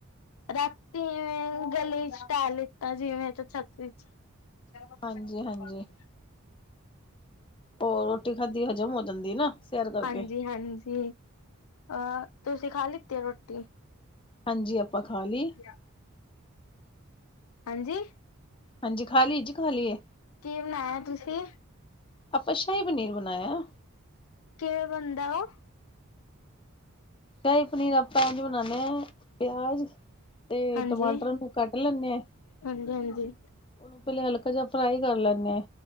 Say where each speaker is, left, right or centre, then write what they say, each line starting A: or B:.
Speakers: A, on the left; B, on the left.
A: ਰਾਤੀ ਏਵੇਂ ਗਲੀ ਚ ਟਹਲ ਲਿੱਤਾ, ਜਿਵੇਂ ਪਰਛੱਤੀ ਚ ਚਲੋ
B: ਹਾਂਜੀ
A: ਚਲੋ---ਬਾਦ
B: ਹਾਂਜੀ
A: ਚ
B: ਉਹ ਰੋਟੀ ਖਾਦੀ ਹਜ਼ਮ ਹੋ ਜਾਂਦੀ ਨਾ! ਸੈਰ ਕਰਕੇ
A: ਹਾਂਜੀ ਹਾਂਜੀ ਅਹ, ਤੁਸੀਂ ਖਾ ਲਿੱਤੀ ਆ ਰੋਟੀ?
B: ਹਾਂਜੀ, ਆਪਾਂ ਖਾ ਲਈ
A: ਕਿਆ ਹਾਂਜੀ?
B: ਹਾਂਜੀ, ਖਾਲੀ ਜੀ ਖਾਲੀ ਐ
A: ਕੀ ਬਣਾਇਆ ਤੁਸੀਂ
B: ਆਪਾਂ ਸ਼ਾਹੀ ਪਨੀਰ ਬਣਾਇਆ।
A: ਕਿਵੇਂ ਬਣਦਾ ਉਹ?
B: ਸ਼ਾਹੀ ਪਨੀਰ ਆਪਾਂ ਇੰਝ ਬਣਾਉਨੇ ਆ, ਪਿਆਜ ਤੇ
A: ਹਾਂਜੀ
B: ਟਮਾਟਰ ਨੁੰ ਕੱਟ ਲੈਂਨੇ ਆ
A: ਹਾਂਜੀ ਹਾਂਜੀ
B: ਉਹਨੂੰ ਪਹਿਲੇ ਹਲਕਾ ਜਿਹਾ ਫਰਾਈ ਕਰ ਲੈਂਨੇ ਆ